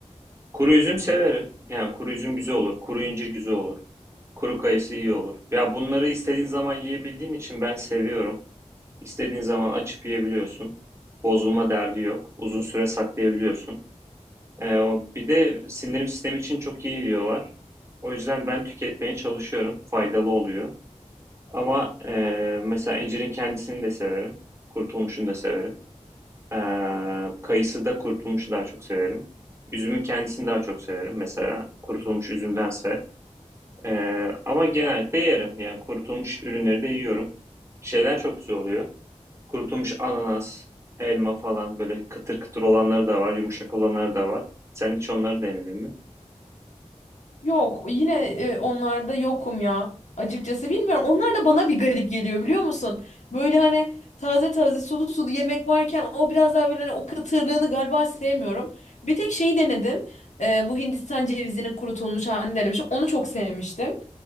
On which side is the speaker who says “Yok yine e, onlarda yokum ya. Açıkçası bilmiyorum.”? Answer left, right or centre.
Left